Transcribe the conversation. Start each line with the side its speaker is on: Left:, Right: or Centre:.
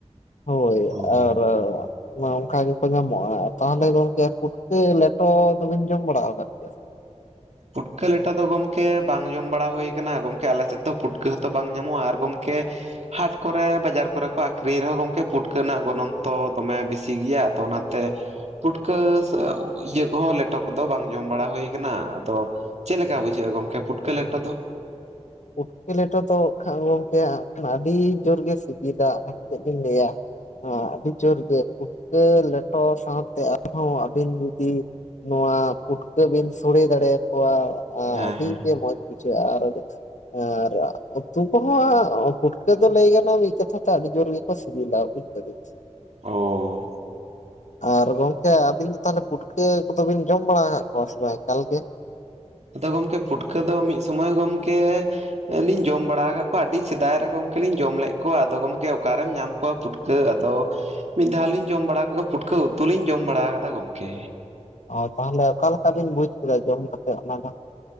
Left: ᱦᱚᱭ
Right: ᱚ
Left: ᱟᱨ ᱢᱟ ᱚᱱᱠᱟ ᱜᱮᱠᱚ ᱧᱟᱢᱚᱜᱼᱟ ᱛᱟᱦᱞᱮ ᱜᱟᱝᱠᱮ ᱯᱷᱩᱴᱠᱟᱹ ᱞᱮᱴᱚ ᱫᱚᱵᱤᱱ ᱡᱚᱢ ᱵᱟᱲᱟ ᱟᱠᱟᱫ <inaudible>
Right: ᱯᱷᱩᱴᱠᱟᱹ ᱞᱮᱴᱟ ᱫᱚ ᱜᱚᱢᱠᱮ ᱵᱟᱝ ᱡᱚᱢ ᱵᱟᱲᱟ ᱦᱩᱭ ᱠᱟᱱᱟ, ᱜᱚᱝᱠᱮ ᱟᱞᱮ ᱥᱮᱫ ᱫᱚ ᱯᱷᱩᱴᱠᱟᱹ ᱦᱚᱸᱛᱚ ᱵᱟᱝ ᱧᱟᱢᱚᱜᱼᱟ ᱟᱨ ᱜᱚᱢᱠᱮ ᱦᱟᱴ ᱠᱚᱨᱮ ᱵᱟᱡᱟᱨ ᱠᱚᱨᱮ ᱠᱚ ᱟᱠᱷᱨᱤᱧ ᱨᱮᱦᱚᱸ ᱜᱚᱝᱠᱮ ᱯᱩᱴᱠᱟᱹ ᱨᱮᱱᱟᱜ ᱜᱚᱱᱚᱝ ᱛᱚ ᱫᱚᱢᱮ ᱵᱤᱥᱤ ᱜᱮᱭᱟ ᱟᱫᱚ ᱚᱱᱟᱛᱮ ᱯᱷᱩᱴᱠᱟᱹ ᱥᱮ ᱤᱭᱟᱹ ᱠᱚᱦᱚᱸ ᱞᱮᱴᱚ ᱠᱚᱫᱚ ᱵᱟᱝ ᱡᱚᱢ ᱵᱟᱲᱟ ᱦᱩᱭ ᱟᱠᱟᱱᱟ᱾ ᱟᱫᱚ ᱪᱮᱫ ᱞᱮᱠᱟ ᱵᱩᱡᱷᱟᱹᱜᱼᱟ ᱜᱚᱢᱠᱮ ᱯᱷᱩᱴᱠᱟᱹ ᱞᱮᱴᱟ ᱫᱚ?
Left: ᱩᱴᱠᱮ ᱞᱮᱴᱚ ᱫᱚᱚ ᱠᱷᱟ ᱜᱚᱝᱠᱮ ᱦᱟᱸᱜ ᱠᱷᱟᱱ ᱟᱹᱰᱤ ᱡᱳᱨ ᱜᱮ ᱥᱤᱵᱤᱞᱟ᱾ ᱟᱨ ᱪᱮᱫ ᱞᱤᱧ ᱞᱟᱹᱭᱟ? ᱦᱟᱸ ᱟᱹᱰᱤ ᱡᱳᱨ ᱜᱮ ᱯᱷᱩᱴᱠᱟᱹ ᱞᱮᱴᱚ ᱥᱟᱶᱛᱮ ᱟᱨᱦᱚᱸ ᱟᱹᱵᱤᱱ ᱡᱩᱫᱤ ᱱᱚᱣᱟ ᱯᱩᱴᱠᱟᱹ ᱵᱤᱱ ᱥᱚᱲᱮ ᱫᱟᱲᱮᱭᱟᱠᱚᱣᱟ ᱮᱸ
Right: ᱦᱮᱸ
Left: ᱟᱹᱰᱤ
Right: ᱦᱮᱸ
Left: ᱜᱮ ᱢᱚᱡᱽ ᱵᱩᱡᱷᱟᱹᱜ-ᱟ ᱟᱨ ᱟᱨ ᱩᱛᱩ ᱠᱚᱦᱚᱸ ᱯᱷᱩᱴᱠᱟᱹ ᱫᱚ ᱞᱟᱹᱭ ᱜᱟᱱᱚᱜ-ᱟ ᱢᱤᱫ ᱠᱟᱛᱷᱟ ᱛᱮ ᱟᱹᱰᱤ ᱡᱳᱨ ᱜᱮ ᱠᱚ ᱥᱤᱵᱤᱞᱟ, ᱵᱩᱡᱽ ᱫᱟᱵᱤᱱ ᱥᱮ᱾
Right: ᱚ
Left: ᱟᱨ ᱜᱚᱝᱠᱮ ᱟᱵᱤᱱ ᱫᱚ ᱛᱟᱦᱞᱮ ᱯᱩᱴᱠᱟᱹ ᱠᱚᱫᱚ ᱵᱤᱱ ᱡᱚᱢ ᱵᱟᱲᱟ ᱠᱟᱜ ᱠᱚᱣᱟ ᱥᱮ ᱵᱟᱝ ᱮᱠᱟᱞ ᱜᱮ?
Right: ᱟᱫᱚ ᱜᱚᱢᱠᱮ ᱯᱩᱴᱠᱟᱹ ᱫᱚ ᱢᱤᱫ ᱥᱚᱢᱚᱭ ᱜᱚᱢᱠᱮ ᱮᱸ ᱞᱤᱧ ᱡᱚᱢ ᱵᱟᱲᱟ ᱠᱟᱜ ᱠᱚᱣᱟ ᱟᱹᱰᱤ ᱥᱮᱫᱟᱭ ᱨᱮ ᱜᱚᱢᱠᱮ ᱞᱤᱧ ᱡᱚᱢ ᱞᱮᱫ ᱠᱚᱣᱟ ᱟᱫᱚ ᱜᱚᱢᱠᱮ ᱚᱠᱟᱨᱮᱢ ᱧᱟᱢ ᱠᱚᱣᱟ ᱯᱩᱴ ᱠᱟᱹ ᱟᱫᱚ ᱢᱤᱫ ᱫᱷᱟᱣ ᱞᱤᱧ ᱡᱚᱢ ᱵᱟᱲᱟ ᱠᱚ ᱜᱮ ᱯᱩᱴᱠᱟᱹ ᱩᱛᱩ ᱞᱤᱧ ᱡᱚᱢ ᱵᱟᱲᱟ ᱟᱠᱟᱫᱟ ᱜᱚᱝᱠᱮ᱾
Left: ᱚ ᱛᱟᱦᱚᱞᱮ ᱚᱠᱟ ᱞᱮᱠᱟ ᱵᱤᱱ ᱵᱩᱡᱽ ᱠᱮᱫᱟ ᱡᱚᱢ ᱠᱟᱛᱮᱫ ᱚᱱᱟ ᱫᱚ?